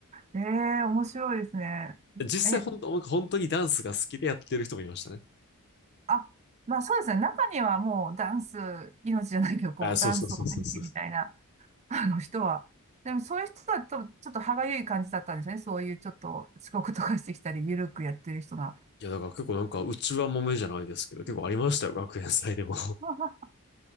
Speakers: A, on the right; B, on the left.
A: ええー面白いですね。
B: <laughs> 実際本当、
A: え、
B: 僕本当にダンスが好きでやってる人もいましたね。
A: あ、まあそうですね。中にはもうダンス、命じゃないけど、こう、
B: あ、そうそうそうそうそう。
A: ダンスを入ってみたいな、<laughs> あの人は。でもそういう人だと、ちょっと歯がゆい感じだったんですよね。そういうちょっと遅刻とかしてきたり、ゆるくやってる人が。
B: いや、だから結構なんか、うちは揉めじゃないですけど、結構ありましたよ、学園祭でも。
A: <laughs>